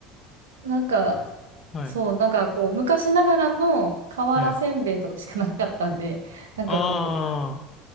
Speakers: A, on the right; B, on the left.
A: なんか、
B: あー、はい。
A: そう、なんかこう、昔ながらの瓦せんべいとかしかなかったんで、
B: はい。
A: なんかこ
B: あ